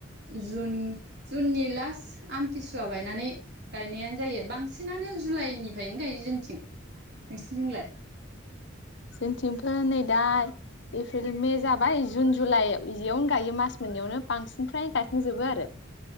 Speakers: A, on the right; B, on the left.
A: जुन जुननि लास्ट आमथिसुवा बायनानै गायनायानो जायो बांसिनानो जुलाइनिफ्रायनो गायो जोंथिं नोंसिनथिलाय
B: जोंथिंफोर नै दा एप्रिल मे जाबाय जुन जुलाइ बेयावनो गायो मास मोननैयावनो बांसिनफ्राय्राय गायखांजोबो आरो